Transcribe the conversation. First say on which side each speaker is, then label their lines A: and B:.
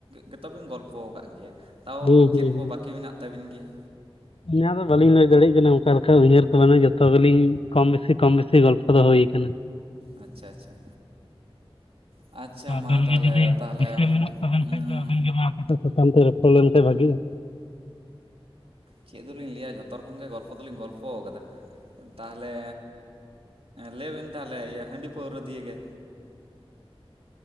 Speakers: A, on the right; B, on the left.
A: ᱜᱮᱛᱚ ᱵᱤᱱ ᱜᱚᱞᱯᱚ ᱠᱟᱫ ᱜᱮᱭᱟ, ᱛᱟᱣ
B: ᱦᱩᱸ
A: ᱪᱮᱫ
B: ᱦᱩᱸ ᱦᱩᱸ
A: ᱠᱚ ᱵᱟᱹᱠᱤ ᱢᱮᱱᱟᱜ ᱛᱟᱵᱤᱱ ᱜᱮᱭᱟ?
B: <unintelligible> ᱫᱚ ᱵᱟᱹᱞᱤᱧ ᱞᱟᱹᱭ ᱫᱟᱲᱮᱜ ᱭᱟᱜ ᱠᱟᱱᱟ ᱚᱱᱠᱟ ᱞᱮᱠᱟ ᱩᱭᱦᱟᱹᱨ ᱠᱚ ᱵᱟᱱᱩᱜ ᱡᱷᱚᱛᱚ ᱜᱮᱞᱤᱧ ᱠᱚᱢ ᱵᱮᱥᱤ ᱠᱚᱢ ᱵᱮᱥᱤ ᱜᱚᱞᱯᱚ ᱫᱚ ᱦᱩᱭ ᱠᱟᱱᱟ᱾
A: ᱟᱪᱪᱷᱟ ᱟᱪᱪᱷᱟ, ᱟᱪᱪᱷᱟ ᱢᱟ
B: ᱟᱵᱮᱱ
A: ᱛᱟᱦᱚᱞᱮ
B: ᱜᱮ ᱡᱩᱫᱤ
A: ᱛᱟᱦᱚᱞᱮ
B: ᱫᱤᱥᱟᱹ ᱢᱮᱱᱟᱜ ᱛᱟᱵᱮᱱ
A: ᱩᱸ,
B: ᱠᱷᱟᱡ ᱫᱚ ᱟᱵᱮᱱ ᱜᱮ ᱢᱟ ᱴ <unintelligible> ᱥᱟᱛᱟᱢ ᱛᱮ ᱨᱚᱯᱚᱲ ᱞᱮᱱᱠᱟᱱ ᱵᱷᱟᱜᱮᱼᱟ?
A: ᱪᱮᱫ ᱫᱚ ᱞᱤᱧ ᱞᱟᱹᱭᱟ ᱡᱷᱚᱛᱚ ᱨᱚᱠᱚᱢ ᱜᱮ ᱜᱚᱞ ᱯᱷᱚ ᱫᱚ ᱞᱤᱧ ᱜᱚᱞ ᱯᱷᱚ ᱠᱟᱫᱟ, ᱛᱟᱦᱞᱮ ᱞᱟᱹᱭ ᱵᱮᱱ ᱛᱟᱦᱞᱮ ᱤᱭᱟᱹ ᱦᱟᱹᱰᱤ ᱯᱟᱹᱣᱨᱟᱹ ᱫᱤᱭᱮ ᱜᱮ,